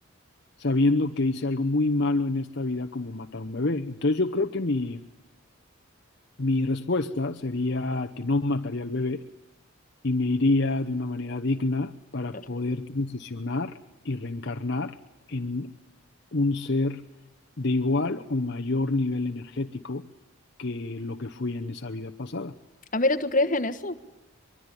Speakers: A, on the left; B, on the left.
A: sabiendo que hice algo muy malo en esta vida como matar a un bebé. Entonces yo creo que mi, mi respuesta sería que no mataría al bebé y me iría de una manera digna para
B: Claro.
A: poder transicionar y reencarnar en un ser de igual o mayor nivel energético que lo que fui en esa vida pasada.
B: Amira, ¿tú crees en eso?